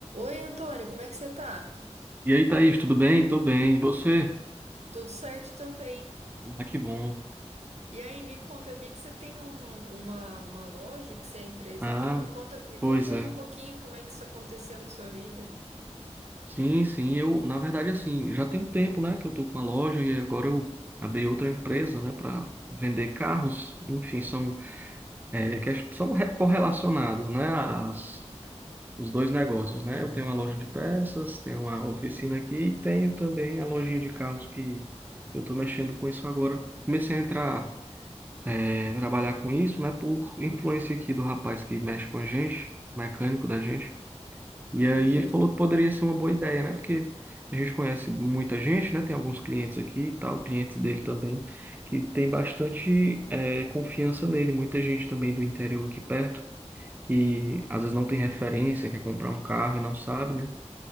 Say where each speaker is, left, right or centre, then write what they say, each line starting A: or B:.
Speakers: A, on the right; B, on the right.
A: Oi, Antônio, como é que você tá?
B: E aí, Thaís, tudo bem? Tô bem. E você?
A: Tudo certo também.
B: Ah, que bom.
A: E aí, me conta, eu vi que você tem um- uma, uma loja, que você é empresário.
B: Ah,
A: Me conta, me conta
B: pois
A: aí
B: é.
A: um pouquinho como é que isso aconteceu na sua vida.
B: Sim, sim, eu, na verdade, assim, já tem um tempo, né, que eu tô com a loja e agora eu abri outra empresa, né, para vender carros. Enfim, são, é, ques- são re- correlacionados, né, as, os dois negócios, né? Eu tenho uma loja de peças, tenho uma oficina aqui e tenho também a lojinha de carros que eu tô mexendo com isso agora. Comecei a entrar. é, trabalhar com isso, né? Por influência aqui do rapaz que mexe com a gente, mecânico da gente. E aí
A: Entendi.
B: ele falou que poderia ser uma boa ideia, né? Porque a gente conhece muita gente, né? Tem alguns clientes aqui e tal, clientes dele também, que tem bastante é, confiança nele. Muita gente também do interior aqui perto, que às vezes não tem referência, quer comprar um carro e não sabe, né?